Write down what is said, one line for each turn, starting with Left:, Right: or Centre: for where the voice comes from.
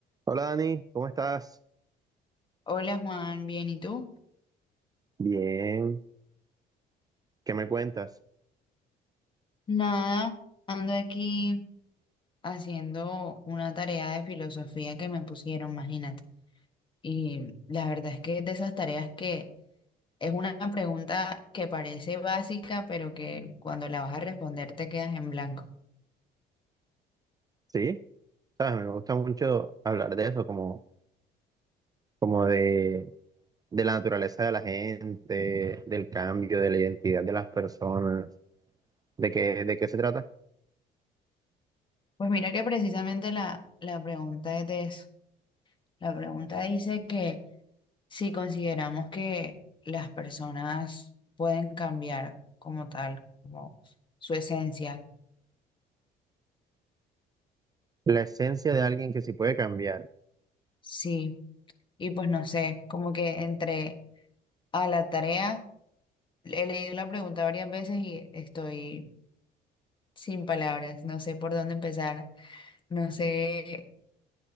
Right: Hola Dani, ¿cómo estás?
Left: Hola Juan, bien, ¿y tú?
Right: Bien, ¿qué me cuentas?
Left: Nada, ando aquí haciendo una tarea de filosofía que me pusieron, imagínate. Y la verdad es que es de esas tareas que es una pregunta que parece básica, pero que cuando la vas a responder te quedas en blanco.
Right: Sí, sabes, me gusta mucho hablar de eso, como, como de, de la naturaleza de la gente, del cambio, de la identidad de las personas, de qué, de qué se trata,
Left: Pues mira que precisamente la, la pregunta es de eso. La pregunta dice que si consideramos que las personas pueden cambiar como tal, como su esencia.
Right: la esencia de alguien que sí puede cambiar.
Left: Sí, Y pues no sé, como que entre a la tarea, he leído la pregunta varias veces y estoy sin palabras, no sé por dónde empezar, no sé,